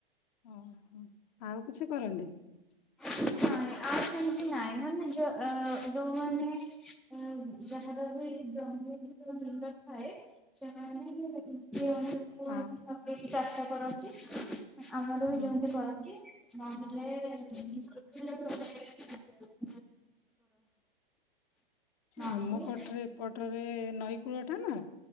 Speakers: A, on the left; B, in the centre.
A: ହଁ ହଁ। ଆଉ କିଛି କରନ୍ତିନି
B: <unintelligible> ହ ଆ ସେତି ନା ଲୋମାନେେ ଜ ଜ ନଲଖଏ ସେ <unintelligible> <unintelligible> କଣ ସବକି ଚାଷ କରନ୍ତି
A: ହଁ
B: ହ <inaudible> ଆମର ବି ଯୋଉଠି
A: ହୁଁ।
B: କରନ୍ତି ମମେ <unintelligible> ହ <unintelligible> ନହେଲେ
A: ଆମ ପଟରେ ଏପଟରେ ନଈ କୂଳ ଟା ନା